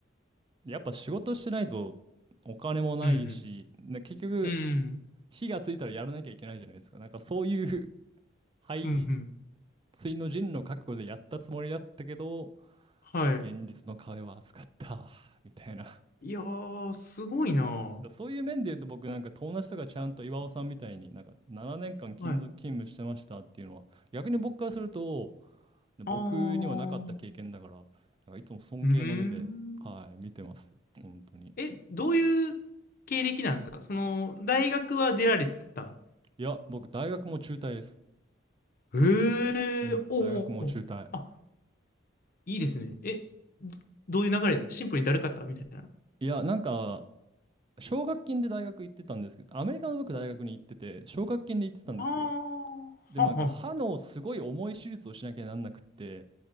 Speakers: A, on the right (about 25°); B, on the left (about 50°).
A: やっぱ仕事してないとお金もないし、
B: うん、うん。
A: な結局、
B: うん、
A: 火がついたらやらなきゃいけないじゃないですか。なんかそういう背
B: うん、うん。
A: 水の陣の覚悟でやったつもりだったけど、
B: はい。
A: 現実の壁は厚かった、みたいな。
B: いやー、すごいなー。
A: そういう面で言うと僕なんか友達とかちゃんと岩尾さんみたいになんか7年間勤続勤務してましたっていうのは逆に僕からすると
B: はい。
A: 僕にはなかった経験だからなんかいつも尊敬の目ではい見てます本当に
B: あー、うーん。え、どういう経歴なんですかその、大学は出られてた。
A: いや僕大学も中退です
B: へえ、
A: うん大学も中退
B: おうおう、おうあ、いいですね。え、どどういう流れでシンプルにだるかったみたいな。
A: いやなんか奨学金で大学行ってたんですけどアメリカの僕大学に行ってて奨学金で行ってたんですよ
B: あー、
A: でもなんか歯のすごい重い手術をしなきゃなんなくって
B: はんはん。